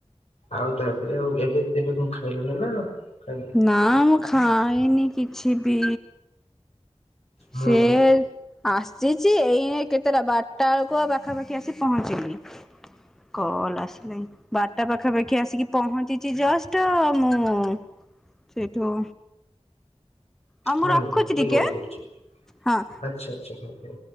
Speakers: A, on the left (about 70°); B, in the centre.
A: ଆଉ ତାପରେ ଆଉ ଏବେ ଏବେ କଣ ଖାଇଲୁଣିି ନା? ଖାଇନୁ?
B: ନଁ ମୁ ହଁ ଏଇନି କିଛି ବି?
A: ହଁ
B: ସେ
A: ଭାଇ
B: ଆସିଛି ଏଇ କେତେଟା ବାରଟା ବେଳକୁ ଆଉ ପାଖାପାଖି ଆସି ପହଞ୍ଚିଲି। କଲ ଆସ ନା? ବାରଟା ପାଖାପାଖି ଆସିକି ପହଞ୍ଚିଛି ଜଷ୍ଟ ମୁଁ ସେଇଠୁ ଆଉ ମୁଁ
A: ହଁ
B: ରଖୁଛି
A: ଭାଇ କିଏ
B: ଟିକେ
A: କଲ୍ କରୁଛି?
B: ହଁ।
A: ଆଚ୍ଛା ଆଛା ହ ହଁ।